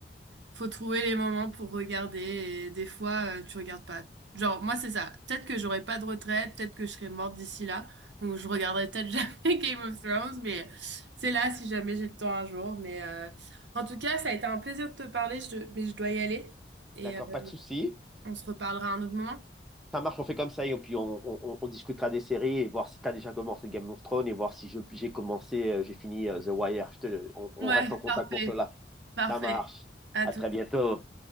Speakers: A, on the right; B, in the centre.
A: Faut trouver les moments pour regarder et des fois, euh, tu regardes pas. Genre, moi, c'est ça. Peut-être que j'aurai pas de retraite, peut-être que je serai morte d'ici là, donc je regarderai peut-être <laughs> jamais Game of Thrones, mais c'est là si jamais j'ai le temps un jour. Mais euh, en tout cas, ça a été un plaisir de te parler, je- te- mais je dois y aller et
B: D'accord,
A: euh,
B: pas de souci.
A: on se reparlera à un autre moment.
B: Ça marche, on fait comme ça, et puis on, on- on- on discutera des séries et voir si tu as déjà commencé Game of Thrones et voir si je- j'ai commencé, euh, j'ai fini euh, The Wire. Je te- on on
A: Ouais,
B: reste en contact
A: parfait.
B: pour cela.
A: Parfait.
B: Ça marche.
A: À
B: À
A: tout.
B: très bientôt.